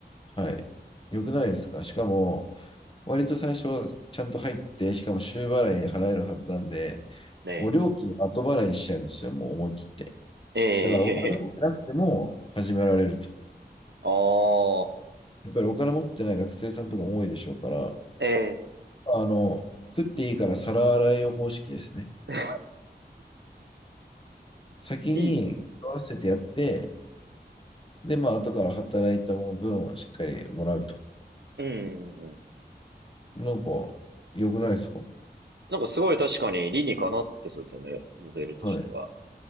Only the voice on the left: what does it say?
はい。よくないですかしかも、割と最初はちゃんと入って、しかも週払い払えるはずなんで、
もう料金は後払いにしちゃうんですよ、もう思い切って。
だからお金持ってなくても始められると。
やっぱりお金持ってない学生さんとかも多いでしょうから、
あの、食っていいから皿洗いを方式ですね。
先に食わせてやって、
で、まあ、後から働いた分をしっかりもらうと。
なんか、良くないですか
はい。っ